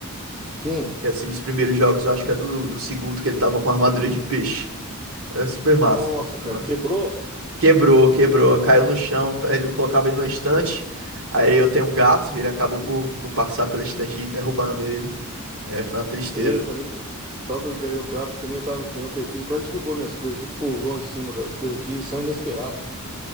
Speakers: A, on the right; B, on the right.
A: Sim.
B: E, assim, dos primeiros jogos, eu acho que é do, do segundo que ele tava com armadura de peixe. Era super massa,
A: Nossa,
B: super
A: cara,
B: massa.
A: quebrou.
B: Quebrou, quebrou, caiu no chão, tá- ele colocava ele na estante. Aí eu tenho um gato, ele acabou por, por passar pela estante e derrubando ele. É, foi uma tristeza.
A: E eu também. O tal do ga- o gato também estava aqui ontem aqui, ele quase derrubou minhas coisas aqui, pulou em cima das coisas aqui, são inesperados, né?